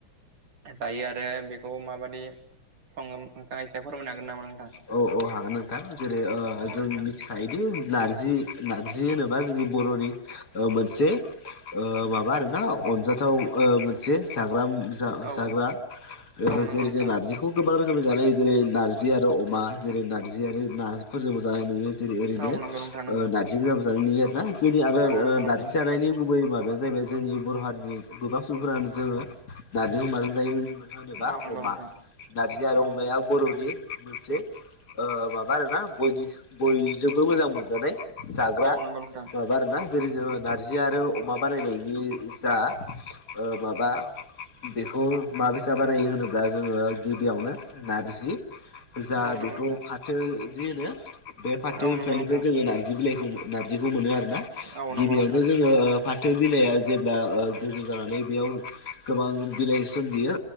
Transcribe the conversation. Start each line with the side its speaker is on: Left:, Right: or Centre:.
Right: जायो आरो बेखौ माबायदि सङो नोंथाङा एसे फोरमायनो हागोन नामा नोंथां?
Left: औ औ नोंथां जेरै
Right: औ
Left: जों
Right: नोंथां
Left: मिथिखायोदि नारजि नारजि होनोबा जोंनि बर'नि मोन मोनसे माबा आरोना अनजाथाव मोनसे जाग्रा
Right: औ औ नंगौ
Left: जेरै
Right: नोंथां
Left: जों नारजिखौ गोबां रोखोमनि जानाय जेरै नारजि आरो अमा जेरै नारजि नार्जिफोरजोंबो जानाय नुयो जेरै ओरैनो
Right: औ नंगौ नोंथां नंगौ
Left: नारजि गोजाबो जानाय नुयो आर ना जोंनि आरो
Right: औ नंगौ नोंथां
Left: दाथि जानायनि गुबै माथ बेनो जाहैबाय जोंनि बर' हारिनि गोबां सुबुंफोरानो जोङो नारजिजों माजों जायो। होनोबा
Right: औ नंगौ
Left: अमा
Right: नोंथां
Left: नारजि आरो
Right: औ
Left: अमाया बर'नि मोनसे माबा आरो ना बयजोंबो मोजां मोनजानाय जाग्रा
Right: औ नंगौ नोंथां
Left: माबा आरो ना जेरै जोङो नार्जि आरो अमा बानायनायनि जा माबा बेखौ माबाबसा बानायो होनोब्ला जोङो गिबियावनो नारजि जा
Right: औ नंगौ
Left: बेखौ
Right: नोंथां
Left: बिदि होनो बे फाथो
Right: औ
Left: बिफांनिफ्राय
Right: नंगौ नोंथां
Left: जोङो नारजि बिलाइखौ नारजिखौ मोनो आरो
Right: औ नंगौ
Left: गिबियावनो
Right: नोंथां
Left: जोङो फाथो बिलाइआ जेब्ला गोजौ जानानै बेयाव गोबां बिलाइ सोमजियो